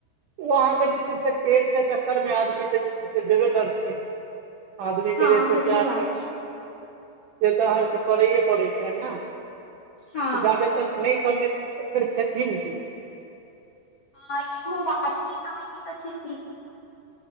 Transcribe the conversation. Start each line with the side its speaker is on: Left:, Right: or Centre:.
Right: ओ अहाँके जे छै से पेट के चक्कर मे आदमी के जे छै से जेबे करतै। आदमीके
Left: हँ
Right: जे छै
Left: सजीव
Right: से अहाँके
Left: अछि
Right: से तऽ अहाँके करैए पड़ैत छै ने
Left: हँ
Right: जाबे तक नहि क ने र खेती न की <inaudible>
Left: नहि हो भाजी नहि कमाइति तऽ खेती <unintelligible>